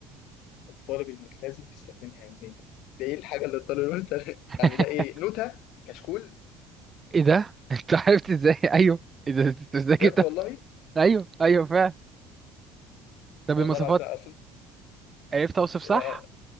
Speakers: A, on the left (about 70°); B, on the right (about 20°).
A: الطالب الملتزم بيستخدمها يوميا ده إيه الحاجة اللي الطالب الملتزم <laughs>
B: <laughs>
A: يعني ده إيه نوتة كشكول
B: ايه ده انت عرفت ازاي <laughs> ايوه ايه ده انت ازاي
A: بجد
B: جبتها
A: والله
B: ايوه ايوه فعلا طب
A: والله
B: المواصفات
A: العظيم أصل
B: عرفت اوصف
A: آه
B: صح